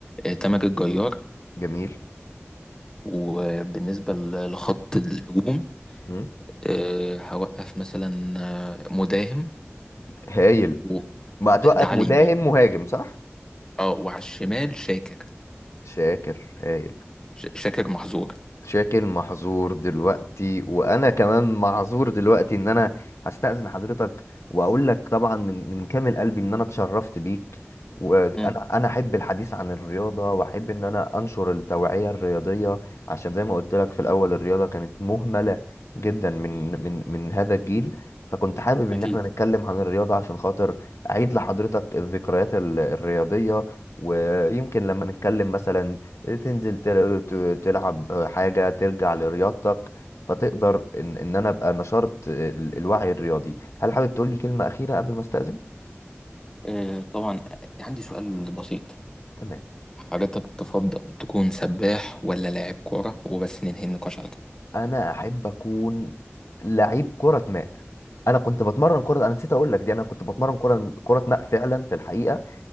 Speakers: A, on the left; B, on the left.
A: آه، تامر الجيار
B: جميل
A: وبالنسبة ل- لخط الهجوم
B: مم.
A: آه، هوقف مثلا آه، مداهم
B: هايل
A: وده
B: ما هتوقف
A: ده على
B: مداهم
A: اليمين
B: مهاجم صح
A: اه وعلى الشمال
B: مم.
A: شاكر
B: شاكر هايل
A: ش- شاكر محظور
B: شاكل محظور دلوقتي وانا كمان معذور دلوقتي ان انا هستأذن حضرتك واقول لك طبعا من من كامل قلبي ان انا اتشرفت بيك وانا
A: مم،
B: انا احب الحديث عن الرياضه واحب ان انا انشر التوعيه الرياضيه عشان زي ما قلت لك في الاول الرياضه كانت مهمله جدا من من من هذا الجيل فكنت حابب ان
A: أكيد
B: احنا نتكلم عن الرياضه عشان خاطر اعيد لحضرتك الذكريات ال- الرياضيه ويمكن لما نتكلم مثلا تنزل تل- ت- تلعب حاجة ترجع لرياضتك فتقدر ان ان انا ابقى نشرت ال- الوعي الرياضي هل حابب تقول لي كلمة أخيرة قبل ما استأذن
A: آه، طبعا عندي سؤال بسيط
B: تمام
A: حضرتك تفضل تكون سباح ولا لاعب كورة وبس ننهي النقاش على كده
B: انا احب اكون لعيب كرة ماء انا كنت بتمرن كرة انا نسيت اقول لك دي انا كنت بتمرن كرة كرة ماء فعلا في الحقيقة